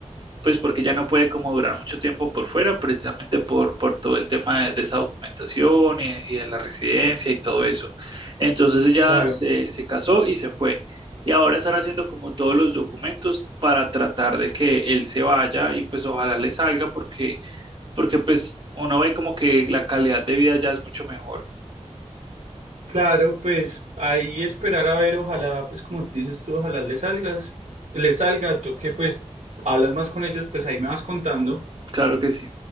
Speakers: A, on the right; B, on the right.
A: pues porque ya no puede como durar mucho tiempo por fuera, precisamente por, por todo el tema de, de esa documentación y, y, de la residencia y todo eso. Entonces ella
B: Claro,
A: se, se casó y se fue. Y ahora están haciendo como todos los documentos para tratar de que él se vaya y pues ojalá le salga porque, porque pues uno ve como que la calidad de vida ya es mucho mejor.
B: claro, pues ahí esperar a ver, ojalá, pues como dices tú, ojalá le salgas, le salga, tú que pues hablas más con ellos, pues ahí me vas contando.
A: Claro que sí.